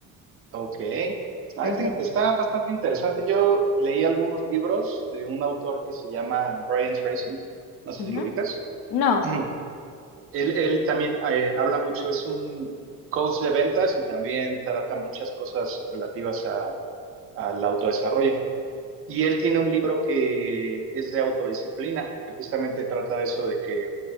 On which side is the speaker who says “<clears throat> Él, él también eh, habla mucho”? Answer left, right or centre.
Right